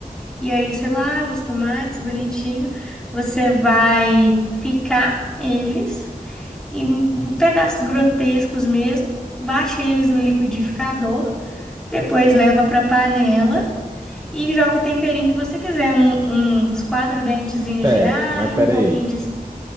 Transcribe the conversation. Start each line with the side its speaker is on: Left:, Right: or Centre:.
Centre: E aí, sei lá, os tomates bonitinho. Você vai picar eles em, em pedaços grotescos mesmo. Bate eles no liquidificador. Depois leva para panela e joga o temperinho que você quiser. Um, uns quatro dentezinhos
Right: Certo,
Centre: de alho,
Right: mas peraí.
Centre: um pouquinho de